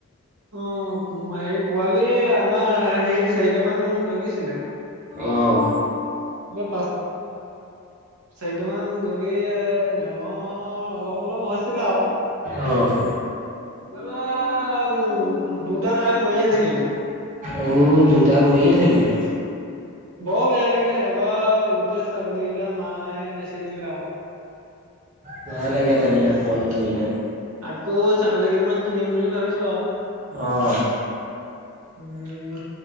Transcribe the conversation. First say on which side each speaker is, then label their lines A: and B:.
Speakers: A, on the right; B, on the right.
A: অ', হেৰি পোৱালি আমাৰ হেৰি চাৰিটামান জগিছিলে।
B: অ'।
A: <inaudible> চাৰিটামান জগি ডাঙৰ অলপ, অলপ হৈছিলে আৰু।
B: অহ'।
A: তোমাৰ উম, দুটা তাৰে মৰিয়ে থাকিলে।
B: অ', দুটা মৰিয়ে থাকিলে!
A: বৰ বেয়া লাগিলে তাৰপা গোটেই ছাগলীকেইটা মায়ে বেচি দিলে আৰু।
B: বেয়া লাগে তেনেকে পোৱালি মৰিলে।
A: আকৌ ছাগলী কেইটামান কিনিম বুলি ভাবিছোঁ আৰু।
B: অ'।
A: উম,